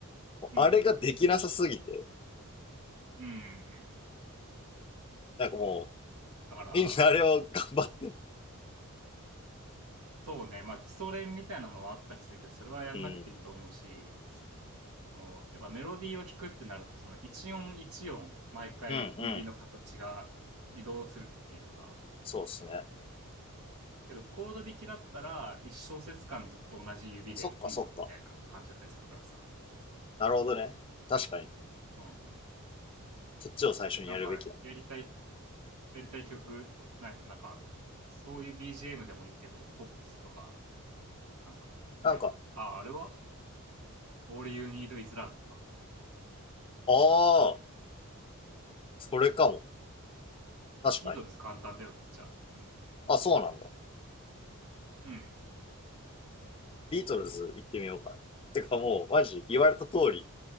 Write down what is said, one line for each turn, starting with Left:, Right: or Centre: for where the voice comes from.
Right: うん。
Left: あれができなさすぎて、
Right: うんうんうん。うんうんうん。
Left: なんかも
Right: だから、
Left: う、みんなあれを頑張って、
Right: そうね、まあ基礎練みたいなのはあったりするけど、それはやんなくていいと思うし、
Left: うん、
Right: その、やっぱメロディーを弾くってなると、その一音一音、毎回指の形が移動するっていうか、
Left: うん、うん。そうっすね。
Right: けどコード弾きだったら、一小節間ずっと同じ指でいいみたいな感じだったりするからさ。
Left: そっかそっか。なるほどね。確かに。
Right: うん。
Left: そっちを最初にやるべきだ
Right: なんか、やりたい、やりたい曲ないのなんか、そういう BGM でもいいけど、ポップスとか、なんか、ないのかなあ、
Left: な。なんか、
Right: あれは ?All You Need Is Love とか。
Left: ああ、それかも。確かに。
Right: イードルズ簡単だよ、めっちゃ。うん。
Left: あ、そうなんだ。
Right: うん。
Left: ビートルズ行ってみようかな。てかもう、マジ、言われた通り、